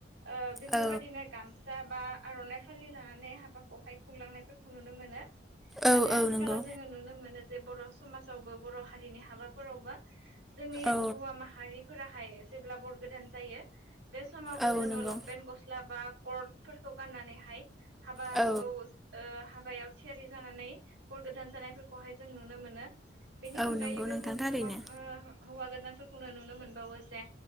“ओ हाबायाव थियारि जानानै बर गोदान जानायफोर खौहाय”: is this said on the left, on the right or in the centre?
Right